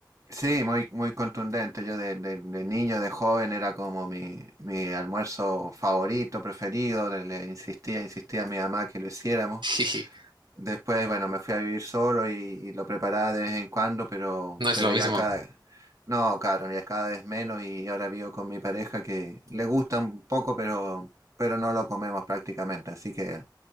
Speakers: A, on the right (about 45°); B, on the right (about 75°).
A: sí, muy, muy contundente. Yo de, de- de niño, de joven, era como mi, mi almuerzo favorito, preferido. Le, le insistía, insistía a mi mamá que lo hiciéramos.
B: <laughs> Sí,
A: Después, bueno, me fui a vivir solo y, y lo preparaba de vez en cuando, pero,
B: no es
A: pero
B: lo mismo,
A: ya cada, no, claro, ya cada vez menos y ahora vivo con mi pareja que le gusta un poco, pero, pero no lo comemos prácticamente. Así que